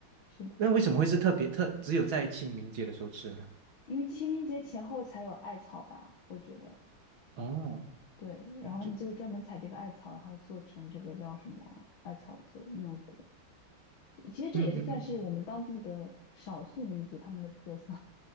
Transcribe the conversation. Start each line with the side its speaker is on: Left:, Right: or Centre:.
Left: 是的，
Right: 那为什么会是特别特只有在清明节的时候吃呢？
Left: 因为清明节前后才有艾草吧，我觉得。
Right: 哦，
Left: 对，然后他们就会专门采这个艾草，
Right: 哦就
Left: 然后做成这个叫什么艾草的那种果。其实这也是算是我们当地的少数民族他们的特色
Right: 嗯嗯嗯嗯，